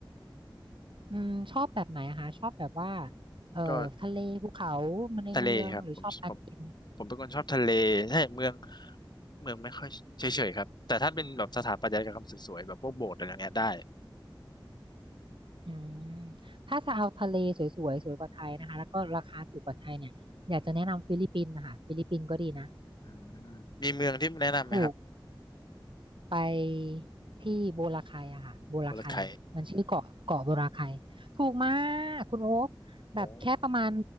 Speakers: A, on the right; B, on the left.
A: อืมชอบแบบไหนอะคะชอบแบบว่าเอ่อทะเลภูเขามันในเมืองหรือชอบการกิน
B: ก็ทะเลครับผมผมผมเป็นคนชอบทะเลใช่เมืองเมืองไม่ค่อยเฉยๆครับแต่ถ้าเป็นแบบสถาปัตยกรรมสวยๆแบบพวกโบสถ์อะไรอย่างเงี้ยได้
A: อืมถ้าจะเอาทะเลสวยๆสวยกว่าไทยนะคะแล้วก็ราคาถูกกว่าไทยเนี่ยอยากจะแนะนำฟิลิปปินส์นะคะฟิลิปปินส์ก็ดีนะ
B: อืมมีเมืองที่แนะนำไหมครับ
A: ถูก ไปที่โบราไคอะค่ะโบราไค
B: บุรัมยไค
A: มันชื่อเกาะเกาะโบราไคถูกมากคุณโอ๊คแบบแค่ประมาณ
B: โอ้